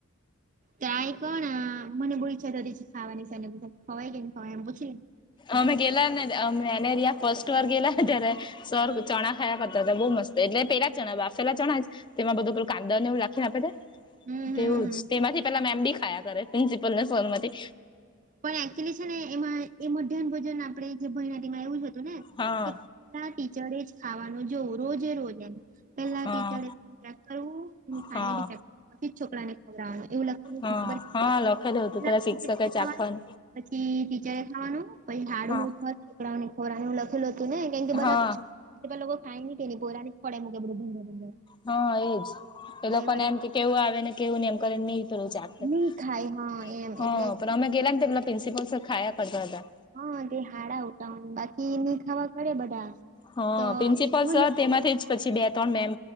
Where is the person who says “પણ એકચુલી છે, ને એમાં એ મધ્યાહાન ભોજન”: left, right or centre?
Right